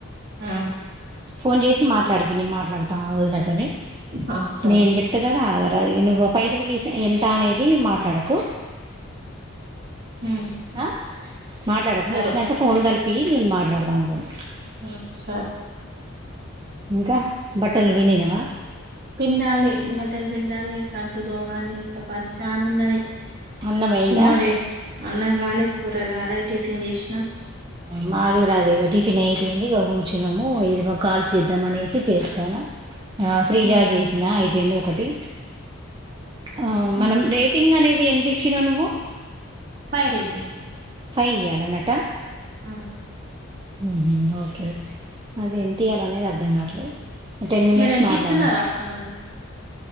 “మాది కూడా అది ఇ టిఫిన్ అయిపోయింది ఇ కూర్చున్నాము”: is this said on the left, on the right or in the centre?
Right